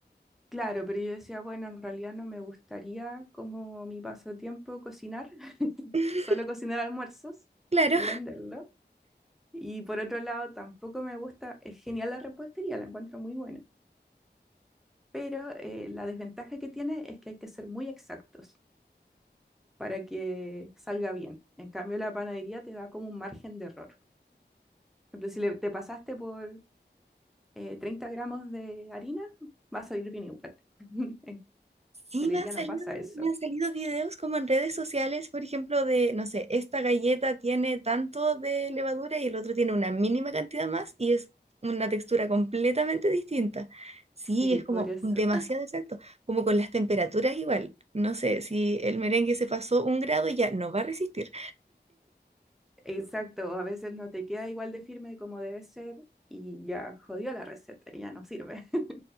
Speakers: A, in the centre; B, on the right (about 35°).
A: Claro, pero yo decía, bueno, en realidad no me gustaría como mi pasatiempo cocinar, <laughs>
B: <laughs>
A: solo cocinar almuerzos
B: Claro,
A: y venderlo. Y por otro lado, tampoco me gusta, es genial la repostería, la encuentro muy buena, pero eh, la desventaja que tiene es que hay que ser muy exactos para que salga bien. En cambio, la panadería te da como un margen de error. Por ejemplo, si le- te pasaste por eh, 30 gramos de harina, va a salir bien igual. <laughs> En
B: sí
A: galería
B: me han salido,
A: no pasa eso.
B: me han salido videos como en redes sociales, por ejemplo, de, no sé, esta galleta tiene tanto de levadura y el otro tiene una mínima cantidad más y es una textura completamente distinta. Sí,
A: Sí,
B: es
A: por
B: como
A: eso.
B: demasiado exacto, como con las temperaturas igual. No sé, si el merengue se pasó un grado ya no va a resistir.
A: Exacto, a veces no te queda igual de firme como debe ser y ya jodió la receta, ya no sirve. <laughs>